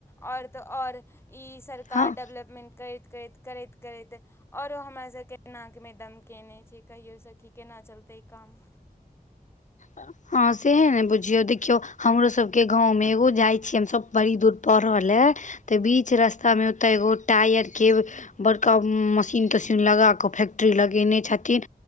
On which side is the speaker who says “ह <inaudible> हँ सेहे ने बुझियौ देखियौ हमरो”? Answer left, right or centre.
Left